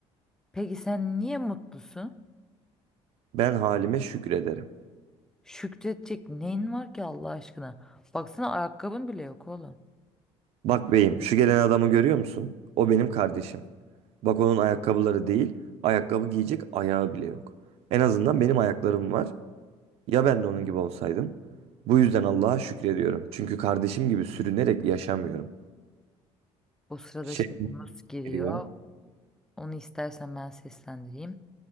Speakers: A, in the centre; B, on the right.
A: Peki sen niye mutlusun?
B: Ben halime şükrederim.
A: Şükredecek neyin var ki Allah aşkına? Baksana ayakkabın bile yok oğlum.
B: Bak beyim, şu gelen adamı görüyor musun? O benim kardeşim. Bak onun ayakkabıları değil, ayakkabı giyecek ayağı bile yok. En azından benim ayaklarım var. Ya ben de onun gibi olsaydım? Bu yüzden Allah'a şükrediyorum. Çünkü kardeşim gibi sürünerek yaşamıyorum.
A: O sırada
B: Şey
A: şey Yunus giriyor.
B: geliyor.
A: Onu istersen ben seslendireyim.